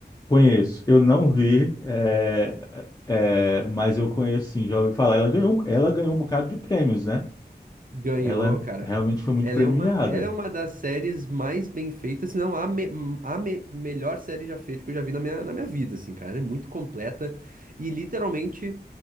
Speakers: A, on the left (about 20°); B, on the right (about 50°).
A: Conheço. Eu não vi, é, é, mas eu conheço sim, já ouvi falar. Ela ganhou, um, ela ganhou um bocado de prêmios, né?
B: Ganhou,
A: Ela
B: cara.
A: realmente foi muito
B: Ela
A: premiada.
B: é uma, ela é uma das séries mais bem feitas, se não a, me- a me- melhor série já feita que eu já vi na minha, na minha vida, assim, cara. Ela é muito completa e literalmente